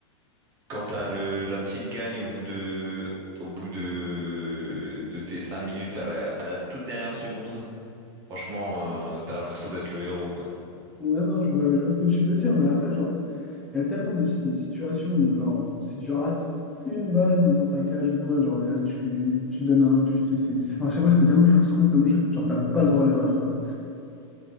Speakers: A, on the right; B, in the centre.
A: quand t'as le la petite gagne au bout de au bout de de tes 5 minutes à la, à la toute dernière seconde. Franchement, euh, t'as l'impression d'être le héros, quoi.
B: Ouais, non, je vois, je vois ce que tu veux dire, mais après, genre, il y a tellement de, si- de situations où, genre, si tu rates une balle devant ta cage ou quoi, genre, et là tu, tu donnes un but et c'est. c'est- Enfin, je sais pas, c'est tellement frustrant comme jeu. Genre, t'as pas le droit à l'erreur quoi.